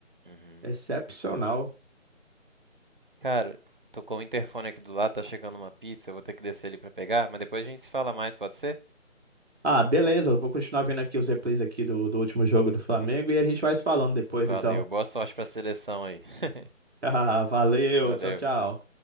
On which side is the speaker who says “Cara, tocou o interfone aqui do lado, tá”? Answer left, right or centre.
Right